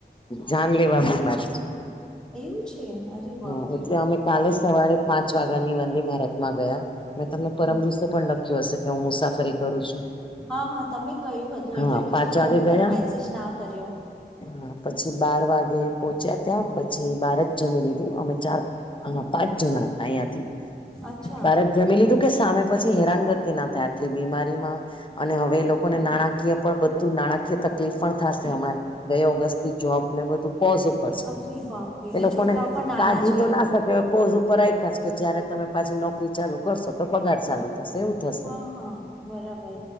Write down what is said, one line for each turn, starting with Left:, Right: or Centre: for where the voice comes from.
Left: જાન લેવા બીમારી છે.
Centre: એવું છે અરે બાપરે.
Left: હા એટલે અમે કાલે સવારે પાંચ વાગ્યાની વંદે ભારતમાં ગયા મેં તમને પરમ
Centre: અચ્છા.
Left: દિવસે પણ લખ હશે કે હું મુસાફરી કરું છું.
Centre: હા હા તમે કહ્યું હતું
Left: હા
Centre: એટલે પછી
Left: પાંચ
Centre: મેં
Left: વાગે
Centre: તમને
Left: ગયા
Centre: મેસેજ ના કર્યો.
Left: હા પછી બાર વાગે પોહોંચ્યા ત્યાં પછી બાર જ જમી લી અમે ચાર હ પાંચ જણા હતા અહિયાયાથી
Centre: અચ્છા
Left: બારત જમી લીધું.? કે સામે પછી હેરાનગતિ ના થાય આટલી બીમારીમાં અને હવે લોકોને નાણાકીય પણ બધું નાણાકીય તકલીફ પણ થશે હમણાં. બે ઓગસ્ટ થી જ જોબ ને બધું પોઝ ઉપર છે
Centre: અરે બાપરે
Left: એ
Centre: ને
Left: લોકોને
Centre: છોકરાઓ પણ નાના
Left: કાઢી
Centre: છે.
Left: તો ના પોઝ ઉપર આયા કે જયારે તમેછી નો છોકરી ચાલુ કરશો તો પગાર
Centre: હા
Left: ચાલુ થશે એવું થશે.
Centre: હા હા બરાબર